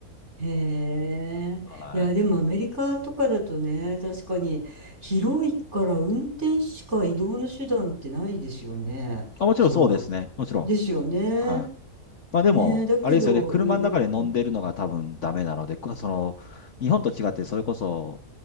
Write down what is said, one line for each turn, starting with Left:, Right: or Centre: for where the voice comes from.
Right: へえ。
Left: はい。
Right: いや、でもアメリカとかだとね、確かに広いから運転しか移動の手段ってないですよね。
Left: あ、もちろんそうですね。
Right: そんな、
Left: もちろ
Right: ですよね。
Left: ん。はい。まあでも、
Right: ねえ、だけど、
Left: あれですよね。車の中で飲んでるのが多分ダメなので、
Right: うう
Left: こその、日本と違ってそれこそ、